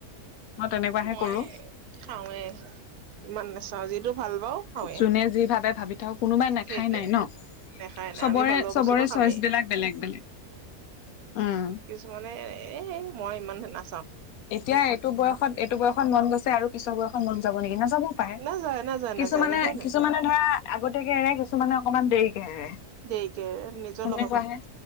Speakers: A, on the left (about 75°); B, on the right (about 80°).
A: মই তেনেকুৱাহে
B: এ মই
A: কৰো
B: খাওৱে ইমান নাচাও যিটো ভাল পাওঁ, খাওঁৱে,
A: যোনে যি ভাবে ভাবি থাকক কোনোবাই নাখাই
B: সেইটোৱে।
A: নাই ন।
B: নেখায় নাই,
A: চবৰে
B: আমি ভাল পোৱা
A: চবৰে
B: বস্তুটো খামেই,
A: চইচবিলাক বেলেগ বেলেগ। উম
B: কিছুমানে এ মই ইমান হেনা
A: এতিয়া এইটো বয়সত এইটো বয়সত মন গৈছে আৰু পিছৰ বয়সত মন যাব নেকি নেযাব, পায়
B: নাযায়, নাযায়,
A: কিছুমানে
B: নাযায়, কেতিয়াও নাযায়,
A: কিছুমানে ধৰা আগতিয়াকে এৰে কিছুমানে অকমান দেৰিকে এৰে।
B: দেৰিকে নিজৰ
A: সেনেকুৱাহে
B: লগৰ কথা।